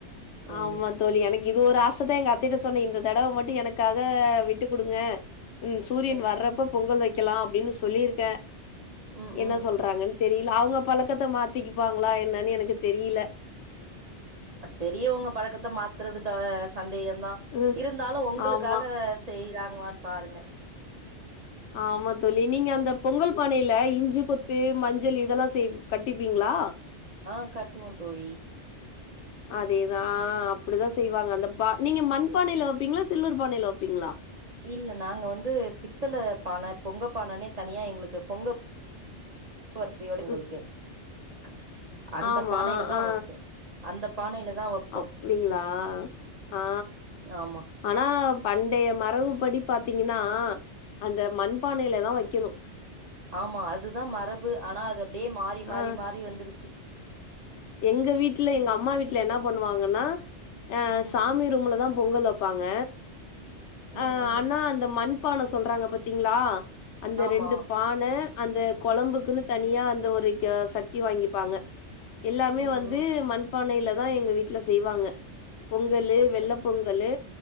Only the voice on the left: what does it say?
ஆமா தோழி எனக்கு இது ஒரு ஆசைதா எங்க அத்தைட்ட இந்த தடவ மட்டும் எனக்காக விட்டு கொடுங்க சூரியன்
வர்றப்ப பொங்கல் வைக் வைக்கலாம்அப்டின்னு சொல்லிருக்கே
என்ன
சொல்றாங்கன் தெரியல அவங்க பழக்கத்தை மாத்திக்குப்பாங்களா என்னன்னு எனக்கு தெரியல
ம்
ஆமா.
ஆமாத் தோழி நீங்க அந்த பொங்கல் பானையில இஞ்சி கொத்து மஞ்சள் இதெல்லாம் செய் கட்டிப்பீங்களா
அதேதான் அப்படிதான் செய்வாங்க அந்த பா நீங்க மண்பானையில வைப்பீங்களா சில்வர் பானையில வைப்பீங்களா
ம்.
ஆமா.
ஆ
அப்படிங்களா ஆ
ஆனா பண்டைய மரபு படி பாத்தீங்கன்னா அந்த மண்பானையில தா வெக்கணு
ஆ
எங்க வீட்டுல எங்க அம்மா வீட்டுல என்ன பண்ணுவாங்கன்னா ஆ
சாமி ரூம்ல தா பொங்கல் வெப்பாங்க ஆ
ஆனா அந்த மண் இப்பான சொல்றாங்க பாத்தீங்களா அந்த
ரெண்டு பான அந்த கொழம்புக்குன்னு தனியா அந்த ஒரு க சட்டி வாங்கிப்பாங்க எல்லாமே
வந்து
மண்பானையில தா எங்க வீட்டுல செய்வாங்க பொங்கலு
வெள்ள பொங்கலு